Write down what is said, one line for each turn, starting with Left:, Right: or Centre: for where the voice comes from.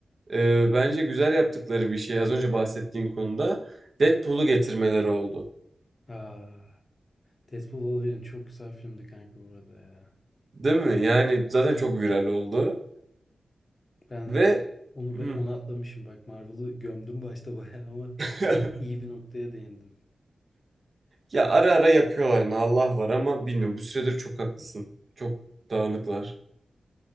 Right: e, bence güzel yaptıkları bir şey az önce bahsettiğin konuda Deadpool'u getirmeleri oldu.
Left: Aa, Deadpool Wolverine çok güzel filmdi kanka bu arada ya.
Right: Değil mi? Yani zaten çok viral oldu
Left: Ben
Right: ve
Left: onu
Right: Hı.
Left: be- onu atlamışım bak Marvel'ı gömdüm başta bayağı ama
Right: <laughs>
Left: iyi bir noktaya değindim.
Right: Ya ara ara yapıyorlar yine Allah var ama bilmiyorum. Bu süredir çok haklısın. Çok dağınıklar.